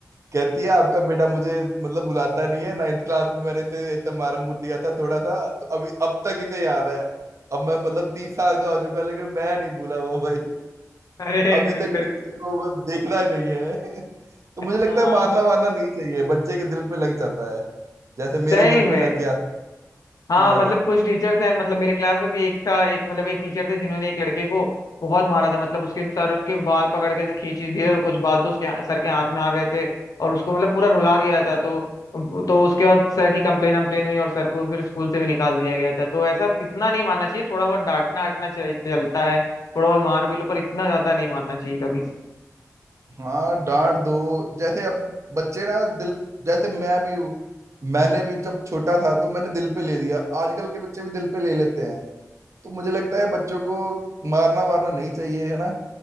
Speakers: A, on the right; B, on the left.
A: कहती है आपका बेटा मुझे मतलब बुलाता नहीं है नाइन्थ क्लास में मैंने इसे ऐसा मारा मुर दिया था थोड़ा सा तो अभी अब तक इसे याद है अब मैं मतलब तीस साल का हो चुका लेकिन मैं नहीं भूला वो भाई
B: अरे
A: अभी
B: बिल्कुल
A: तक टीचर
B: बिल्कुल
A: को बस देखना ही नहीं है <laughs> तो
B: हाँ
A: मुझे लगता है मारना वारना नहीं चाहिए बच्चे के दिल पे लग जाता है जैसे मेरे
B: सही
A: दिल
B: में
A: पे लग गया
B: हाँ
A: हाँ
B: मतलब कुछ टीचर्स हैं मतलब मेरी क्लास में भी एक था एक मतलब एक टीचर थे जिन्होंने एक लड़के को बहुत मारा था मतलब उसके सर के बाल पकड़ के से खींची दिए कुछ बाल तो उसके सर के हाथ में आ गए थे और उसको मतलब पूरा रुला दिया था तो तो उसके बाद सर की कंप्लेन अम्प्लेन हुई और सर को फिर स्कूल से भी निकाल दिया गया था तो ऐसा इतना नहीं मानना चाहिए थोड़ा बहुत डांटना आटना चल, चलता है थोड़ा बहुत मार भी लो पर इतना ज्यादा नहीं मारना चाहिए कभी
A: हाँ डांट दो जैसे अब बच्चे ना दिल जैसे मैं भी हूँ मैंने भी जब छोटा था तो मैंने दिल पे ले लिया आजकल के बच्चे भी दिल पे ले लेते हैं तो मुझे लगता है बच्चों को मारना वारना नहीं चाहिए है ना